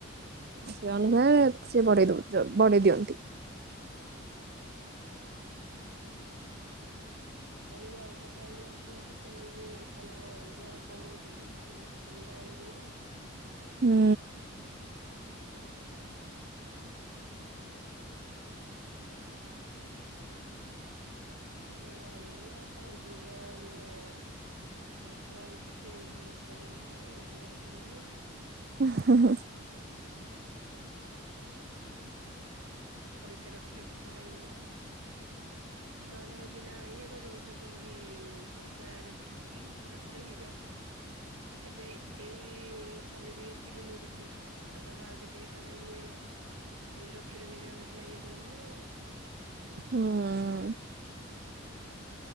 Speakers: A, on the right (about 50°); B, on the right (about 90°).
A: ସେ ଅନୁସାରେ ସିଏ ବଢେଇ ଦଉ ବଢେଇ ଦିଅନ୍ତି।
B: ଆଉ ଇଏ ଅଲଗା ଟାଇମ ହୋଉଛି କେତେବେଳେ ଇଏ ମାନେ ଦର କମୁଛି ଏମିତିକି ହଉଛି କି ନା ଆଣିବୁ ନା
A: ହୁଁ।
B: <inaudible> ନାଇଁ ଆଣିବୁ ନା ଭୋ ଇଏ ବାପା ମା ଯେତେ କିଣି ଆଣିବୁ ନା ରୋଜଗାର କଲୁଣି
A: ଓ ହ ହ
B: ପଇସା ରଖି ରଖିକି ଆଣିବୁ ନା ନହେଲେ ହଉଛି ନା ଇଏ କରିବୁ ଯୁ କଣ କି ପଇସା ରଖିକି ରଖି ରଖିକା ଏବେ ଏଇ ସାଲେରୀ ଏତିକି ମିଳିଛି, ଆର ଟାକୁ ଆଉ କେତିକି ସାଲେରୀ ମିଳିବ। ଏଇ ରଖି ରଖିକି ହଉଛି ନା ଇଏ କରିବୁ ନା ଆଉ।
A: ହଁ।